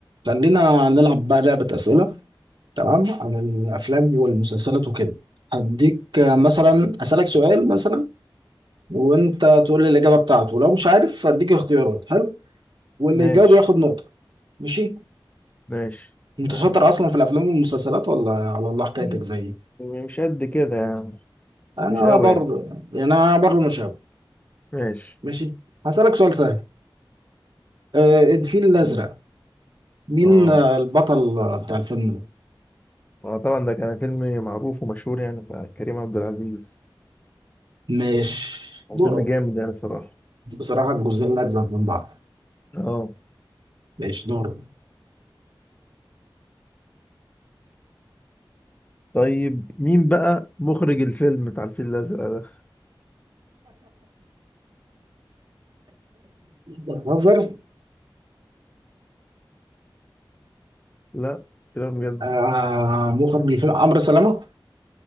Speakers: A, on the right; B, on the left.
A: خلينا نلعب بقى لعبة أسئلة تمام عن الأفلام والمسلسلات وكده هديك آه، مثلا أسألك سؤال مثلا وأنت تقول لي الإجابة بتاعته لو مش عارف هديك اختيارات حلو واللي
B: ماشي
A: يجاوب ياخد نقطة ماشي
B: ماشي
A: أنت
B: معاك.
A: شاطر أصلا في الأفلام والمسلسلات ولا على الله حكايتك
B: م-
A: زيي
B: مش قد كده يعني
A: أنا
B: مش قوي
A: بر
B: يعني
A: يعني أنا بر المشاوي
B: ماشي
A: ماشي هسألك سؤال سهل آه، الفيل الأزرق
B: م.
A: مين
B: اه
A: آه، البطل آه، بتاع الفيلم ده؟
B: اه طبعا ده كان فيلم معروف ومشهور يعني بتاع كريم عبد العزيز
A: ماشي
B: هو
A: دورك
B: فيلم جامد يعني صراحة
A: بصراحة الجزئين أجمل من بعض
B: اه
A: ماشي دورك
B: طيب مين بقى مخرج الفيلم بتاع الفيل الأزرق ده؟
A: بهزر
B: لا كلام بجد
A: آه مخرج الفيلم عمرو سلامة